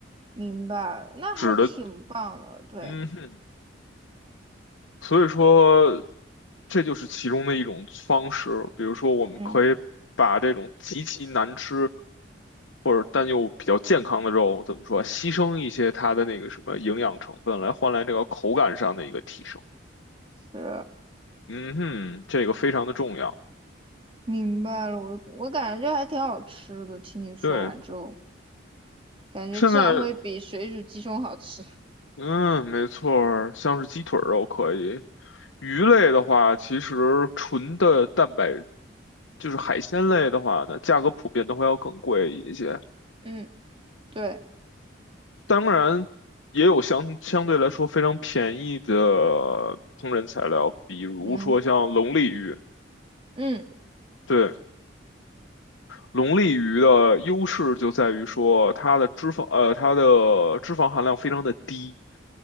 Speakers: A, on the right; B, on the left.
A: 明白了，那还挺棒的。
B: 指的，
A: 对，
B: 嗯哼，所以说这就是其中的一种方式。比如说，我们可以把这种极其难吃
A: 嗯，
B: 或者但又比较健康的肉，怎么说啊，牺牲一些它的那个什么营养成分，来换来这个口感上的一个提升。
A: 是
B: 嗯哼，这个非常的重要。
A: 明白了。我我感觉这还挺好吃的。听你说完之后，
B: 对，
A: 感觉至少会比水煮鸡胸好吃。
B: 现在。嗯，没错儿，像是鸡腿儿肉可以。鱼类的话，其实纯的蛋白就是海鲜类的话呢，价格普遍都会要更贵一些。
A: 嗯，对，
B: 当然，也有相相对来说非常便宜的烹饪材料，比如说像龙利鱼。
A: 嗯嗯，
B: 对，龙利鱼的优势就在于说它的脂肪，呃，它的脂肪含量非常的低。